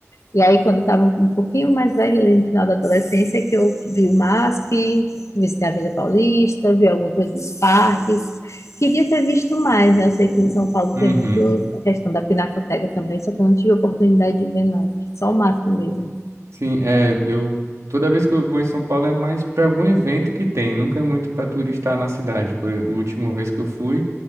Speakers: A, on the left; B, on the right.
A: E aí, quando estava um pouquinho mais velho, ali no final da adolescência, que eu vi o MASP, visitei a Avenida Paulista, vi alguma coisa dos parques. Queria ter visto mais, né? Eu sei que em São Paulo
B: Uhum.
A: tem muito a questão da pinacoteca também, só que eu não tive a oportunidade de ver, não. Só o MASP mesmo.
B: Sim, é, eu toda vez que eu vou em São Paulo é mais para algum evento que tem, nunca é muito para turistar na cidade. Por, a última vez que eu fui